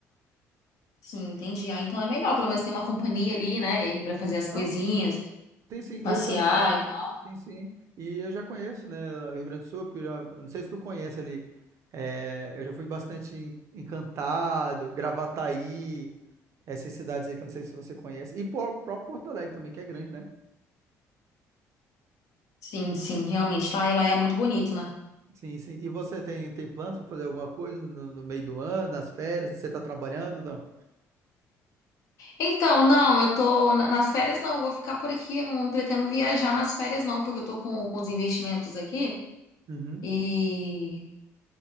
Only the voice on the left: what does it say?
Sim, entendi. Ah, então é melhor, pelo menos tem uma companhia ali, né? E pra fazer as coisinhas,
passear
e tal.
Sim, sim, realmente, lá ela é muito bonito, né?
Então, não, eu tô na- nas férias não, eu vou ficar por aqui, eu não pretendo viajar nas férias não, porque eu tô com, com os investimentos aqui.
e